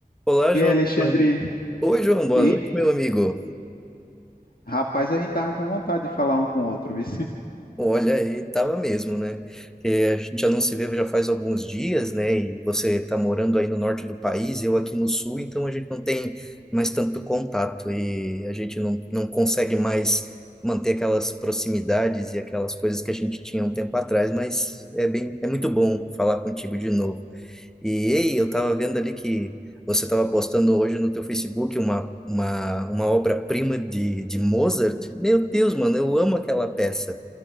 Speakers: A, in the centre; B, on the left.
A: Olá,
B: E
A: João.
B: aí, Alexandre?
A: Boa- Oi, João. Boa
B: E
A: noite, meu amigo.
B: rapaz, a gente tava com vontade de falar um com o outro, viu?
A: Olha aí, tava mesmo, né? Que a gente já não se vê já faz alguns dias, né? E você tá morando aí no norte do país, eu aqui no sul, então a gente não tem mais tanto contato e a gente não, não consegue mais manter aquelas proximidades e aquelas coisas que a gente tinha um tempo atrás, mas é bem, é muito bom falar contigo de novo. E ei, eu estava vendo ali que você estava postando hoje no teu Facebook uma, uma, uma obra-prima de, de Mozart. Meu Deus, mano, eu amo aquela peça.